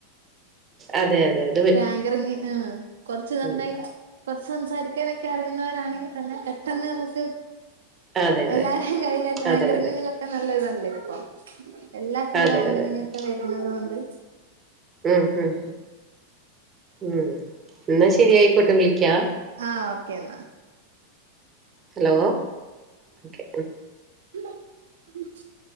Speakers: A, on the right; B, on the right.
A: അതെ അതെ അതെ
B: ഇത് ആങ്കറിങ്ങ് ആഹ് കൊറച്ച് നന്നായി
A: ഉം
B: കൊറച്ച് സംസാരിക്കാനൊക്കെ അറിയുന്നവരാണെങ്കിൽ തന്നെ പെട്ടെന്ന് നമക്ക്
A: അതെ അതെ
B: എല്ലാരും കയ്ഞ്ഞിട്ട് ആ
A: അതെ
B: ങ്കറിങ്ങിലൊക്കെ
A: അതെ
B: നല്ല ഇതല്ലേ ഇപ്പൊ എല്ലാത്തിലും
A: അതെ
B: ആ ങ്കറിങ്ങ്ക്കെ
A: അതെ അതെ
B: വരുന്നത് കൊണ്ട്
A: ഉം ഉം ഉം എന്നാ ശരിയയിക്കോട്ടെ വിളിക്കാ
B: ആഹ് ഓക്കേ എന്നാ
A: ഹലോ ഒക്കെ
B: <unintelligible>